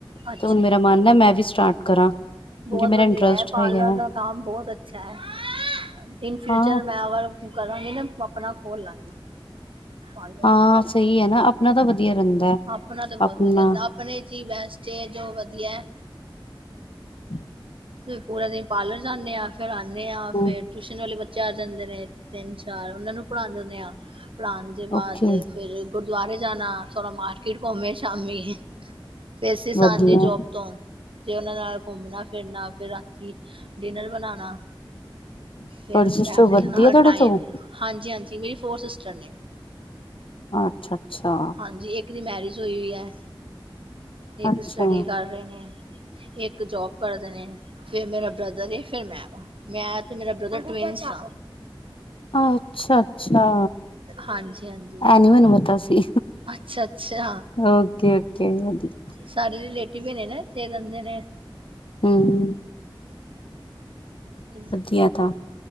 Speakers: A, on the left; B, on the right.
A: ਤੇ
B: ਅ
A: ਹੁਣ ਮੇਰਾ ਮਨ ਹੈ ਮੈਂ ਵੀ ਸਟਾਰਟ ਕਰਾਂ ਕਿਉਂਕਿ
B: ਬਤ
A: ਮੇਰਾ
B: ਵਧਆ,
A: ਇੰਟਰਸਟ
B: ਆ ਪਾਰਰ
A: ਹੈਗਾ
B: ਦਾ ਕੰਮ ਬਤ <unintelligible> ਇਨ ਫਿਊਚਰ
A: ਹਾਂ
B: ਮੈਂ ਅਗਰ ਕਰਾਂਗੀ ਨਾ, ਆਪਣਾ ਖੋਲ ਲਵਾਂਗੀ। ਵੈ
A: ਹਾਂ ਸਹੀ ਹੈ ਨਾ ਆਪਣਾ ਤਾਂ ਵਧੀਆ ਰਹਿੰਦਾ
B: ਆਪਣਾ ਤੇ ਬਹੁਤ
A: ਆਪਣਾ
B: ਵਧੀਆ ਹੁੰਦਾ, ਆਪਣੇ 'ਚ ਹੀ ਬੈਸਟ ਤੇ, ਜੋ ਵਧੀਆ ਐ।
A: ਹਮ <inaudible>
B: ਪੂਰਾ ਦਿਨ ਪਾਰਲਰ ਜਾਂਦੇ ਆ। ਤੇ ਆਨੇਹਾਂ,
A: ਹੂੰ
B: ਫੇਰ ਟਿਊਸ਼ਨ ਵਾਲੇ ਬੱਚੇ ਆ ਜਾਂਦੇ ਨੇ ਤਿੰਨ ਚਾਰ, ਉਹਨਾਂ ਨੂੰ ਪੜ੍ਹਾ ਦਿੰਦੇ ਆਾਂ ਪੜਉਣ ਦੇ ਬਾਅਦ
A: ਓਕੇ
B: ਫਿਰ ਗੁਰੂਦੁਆਰੇ ਜਾਣਾ, ਥੋੜਾ ਮਾਰਕੀਟ ਘੁੰਮ ਆਏ ਸ਼ਾਮੀ ਫੇਰ ਅਸੀਸ
A: ਵਧੀਆ
B: ਆਂਦੀ ਐ ਜੋਬ ਤੋਂ, ਤੇ ਉਹਨਾਂ ਨਾਲ ਘੁੰਮਣਾ ਫੀਰ ਫਿਰਨਾ, ਫਿਰ ਰਾਤੀ ਡਿਨਰ ਬਣਾਉਣਾ
A: ਤੁਹਾਡੀ
B: ਫ਼ੇਰ
A: ਸਿਸਟਰ
B: ਫੈਮਲੀ ਦੇ
A: ਵੱਡੀ
B: ਨਾਲ
A: ਆ ਤੁਹਾਡੇ
B: ਟਾਈਮ,
A: ਤੋਂ
B: ਹਾਂਜੀ ਹਾਂਜੀ, ਮੇਰੀ ਫੋਰ ਸਿਸਟਰ ਨੇ
A: ਅੱਛਾ, ਅੱਛਾ।
B: ਹਾਂਜੀ, ਇੱਕ ਦੀ ਮੈਰਿਜ ਹੋਈ ਹੋਈ ਹੈ, ਇੱਕ
A: ਅੱਛਾ
B: ਸਟੱਡੀ ਕਰ ਰਹੇ ਨੇ ਇੱਕ ਜੋਬ ਕਰਦੇ ਨੇ, ਫੇਰ ਮੇਰਾ ਬ੍ਰਦਰ ਐ, ਫੇਰ ਮੈਂ ਵਾ ਮੈਂ ਤੇ ਮੇਰਾ ਬ੍ਰਦਰ ਟਵਿਟਸ ਆ।
A: ਅੱਛਾ ਅੱਛਾ
B: ਹਾਂਜੀ ਹਾਂਜੀ।
A: ਐ ਨੀ ਮੈਨੂੰ ਪਤਾ ਸੀ
B: ਅੱਛਾ ਅੱਛਾ
A: ਓਕੇ ਓਕੇ, ਵਧੀਆ
B: ਸਾਰੇ ਰਿਲੇਟਿਵ ਵੀ ਨੇ ਨਾ, ਇੱਥੇ ਰਹਿੰਦੇ ਨੇ
A: ਹਮਮਮ।
B: <inaudible>
A: ਵਧੀਆ ਤਾਂ